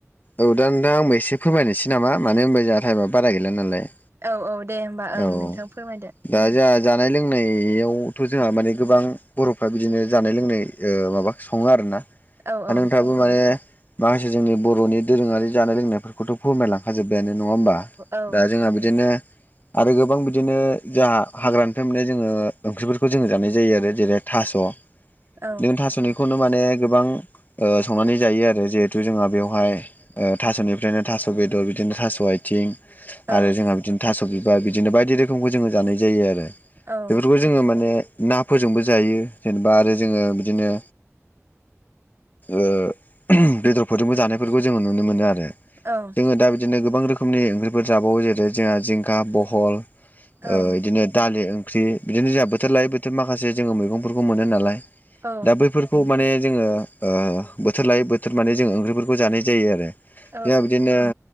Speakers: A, on the left; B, on the right.
A: औ दा नोंथां आंबो एसे फोरमायनोसै नामा, मानो होनबा जोंहा टाइमआ बारा गैला नालाय।
B: औ औ दे होमबा
A: औ
B: ओं नोंथां फोरमायदो।
A: दा जोंहा जानाय लोंनायावथ' जोंहा माने गोबां बर'फ्रा बिदिनो जानाय लोंनाय ओ माबा सङो आरोना।
B: औ
A: दा
B: औ
A: नोंथाङाबो माने माखासे जोंनि बर'नि दोरोङारि जानाय लोंनायफोरखौथ' फोरमायलांखा जोब्बायानो नङा होमबा?
B: औ
A: दा जोंहा बिदिनो आरो गोबां बिदिनो जाहा हाग्रानिफ्राय मोननाय जोङो ओंख्रिफोरखौ जोङो जानाय जायो आरो जेरै थास'
B: औ
A: जों थास'निखौनो माने गोबां ओ संनानै जायो आरो, जिहेथु जोंहा बेवहाय ओ थास'निफ्रायनो थास' बेदर बिदिनो थास' आथिं
B: औ
A: आरो जोंहा बिदिनो थास' बिबार बिदिनो बायदि रोखोमखौ जोङो जानाय जायो आरो
B: औ
A: बेफोरखौ जोङो माने ना फोरजोंबो जायो जेनेबा आरो जोङो बिदिनो ओ बेदरफोरजोंबो जानायफोरखौ जोङो नुनो मोनो आरो।
B: औ।
A: जोङो दा बिदिनो गोबां रोखोमनि ओंख्रिफोर जाबावो जेरै जोंहा जिंखा, बहल
B: औ
A: ओ बिदिनो दालि ओंख्रि, बिदिनो जोंहा बोथोर लायै बोथोर माखासे जोङो मैगंफोरखौ मोनो नालाय।
B: औ
A: दा बैफोरखौ माने जोङो ओ बोथोर लायै बोथोर माने जों ओंख्रिफोरखौ जानाय जायो आरो।
B: औ
A: दा बिदिनो